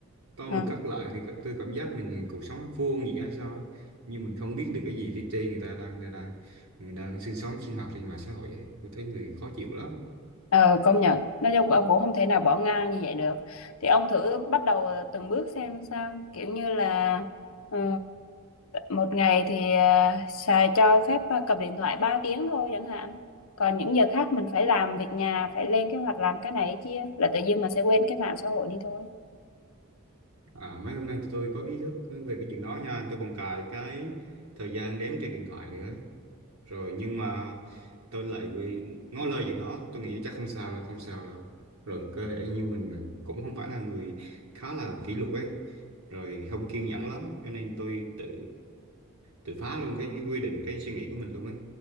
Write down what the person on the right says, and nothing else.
tôi
mà cắt lại thì tôi cảm giác mình cuộc sống vô nghĩa hay sao ấy. nhưng mình không biết được cái gì phía trên người ta đang đang đang người đang sinh sống sinh hoạt trên mạng xã hội ấy. tôi thấy người khó chịu lắm
à, mấy hôm nay tôi có ý thức về cái chuyện đó nha tôi còn cài cái thời gian đếm trên điện thoại nữa rồi nhưng mà tôi lại quy ngó lơ chuyện đó tôi nghĩ chắc không sao đâu không sao đâu rồi cơ thể như mình là- cũng không phải là người khá là kỷ luật ấy rồi không kiên nhẫn lắm cho nên tôi tự tự phá luôn cái quy định cái suy nghĩ của mình luôn ấy